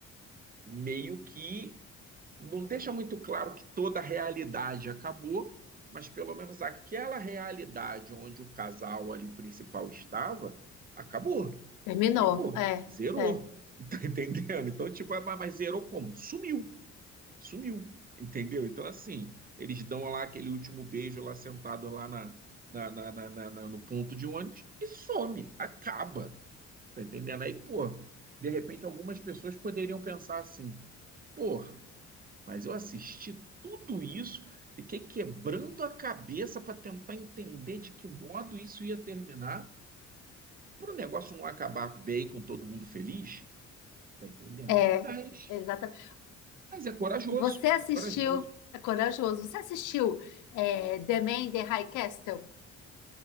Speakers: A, on the right (about 30°); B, on the left (about 90°).
A: meio que não deixa muito claro que toda a realidade acabou, mas pelo menos aquela realidade onde o casal ali principal estava, acabou,
B: Terminou.
A: acabou,
B: É,
A: zerou,
B: é,
A: <laughs> tá entendendo? Então, tipo, ah, mas mas zerou como? Sumiu, sumiu, entendeu? Então, assim, eles dão lá aquele último beijo lá sentado lá na, na, na, na- na- na- no ponto de ônibus e some, acaba, tá entendendo? Aí, pô, de repente algumas pessoas poderiam pensar assim, Porra, mas eu assisti tudo isso, fiquei quebrando a cabeça para tentar entender de que modo isso ia terminar, para o negócio não acabar bem com todo mundo feliz, tá entendendo?
B: é,
A: Mas,
B: exatamente.
A: mas é corajoso,
B: Você assistiu,
A: é corajoso.
B: é corajoso, você assistiu é, The Man in the High Castle?